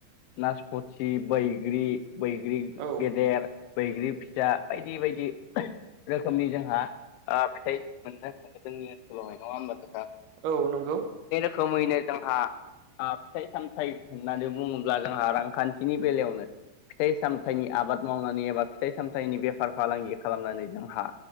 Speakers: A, on the left (about 85°); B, on the right (about 75°).
A: नासपथि बैग्रि बैग्रि
B: औ
A: गेदेर बैग्रि फिसा बायदि बायदि रोखोमनि जोंहा ओ फिथाइ मोननो थाङो जोंनि ओनसोलावहाय नङा ओमबा?
B: औ नंगौ
A: रोखोमैनो जोंहा ओ फिथाइ सामथाइ होननानै बुङोब्ला जोंहा रांखान्थिनि बेलायावनो फिथाइ सामथाइनि आबाद मावनानै एबा फिथाइ सामथाइनि बेफार फालांगि खालामनानै जोंहा